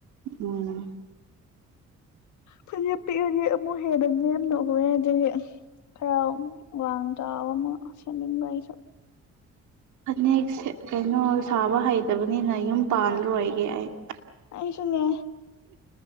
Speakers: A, on the right (about 85°); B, on the left (about 80°).
A: ꯎꯝ꯫
B: ꯐꯅꯦꯛ ꯄꯤꯛꯑꯗꯤ ꯑꯃꯨꯛ ꯍꯦꯟꯅ ꯅꯦꯝ ꯑꯗꯨꯗꯤ ꯈꯔ ꯋꯥꯡꯉ ꯆꯥꯎꯕ ꯑꯃꯥ ꯆꯧꯠꯅꯤꯡꯕ ꯑꯃꯥ ꯑꯩꯁꯨ꯫
A: ꯐꯅꯦꯛ ꯀꯩꯅꯣ ꯁꯥꯕ ꯍꯩꯇꯕꯅꯤꯅ ꯌꯨꯝ ꯄꯥꯟꯜꯂꯣꯏꯒꯦ ꯑꯩ꯫
B: ꯑꯩꯁꯨꯅꯤ꯫